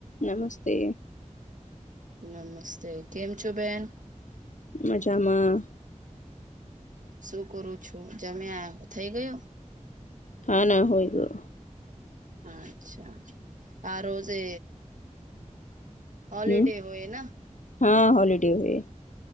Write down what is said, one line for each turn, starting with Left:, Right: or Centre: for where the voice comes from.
Left: નમસ્તે.
Right: નમસ્તે કેમ છો બેન.
Left: મજામાં.
Right: શું કરું છું જમ્યા થઈ ગયો.
Left: હા ના હોયું
Right: અચ્છા આ રોજે હોલીડે
Left: હમ
Right: હોય
Left: હા હોલીડે હોય